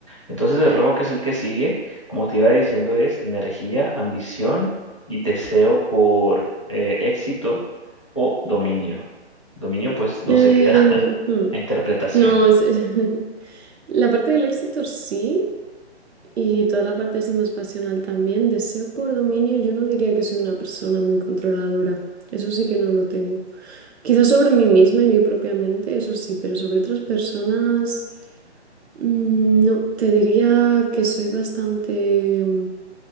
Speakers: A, on the left; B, on the right.
A: Entonces el rojo, que es el que sigue, como te iba diciendo, es energía, ambición y deseo por eh, éxito o dominio. Dominio, pues no
B: Eh,
A: se queda <laughs>
B: hmm,
A: a interpretación.
B: No, es... <laughs> La parte del éxito sí, Y toda la parte así más pasional también. Deseo por dominio, yo no diría que soy una persona muy controladora. Eso sí que no lo tengo. Quizás sobre mí misma y mi propia mente, eso sí, pero sobre otras personas, mm, no. Te diría que soy bastante... mm,